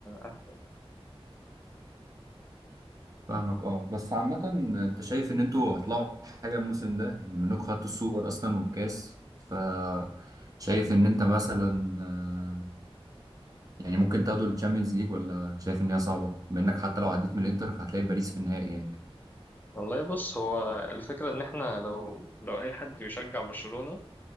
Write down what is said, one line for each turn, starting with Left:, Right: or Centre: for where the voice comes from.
Left: أحسن
Right: فاهمك اه بس عامه انت شايف ان انتوا هتطلعوا حاجه الموسم ده يعني منكم خدتوا السوبر اصلا والكاس ف شايف ان انت مثلا آه، يعني ممكن تاخدوا الشامبيونز ليج ولا شايف ان هي صعبه بما انك حتى لو عديت من الانتر فهتلاقي باريس في النهائي يعني
Left: والله بص هو الفكرة إن إحنا لو لو أي حد يشجع برشلونة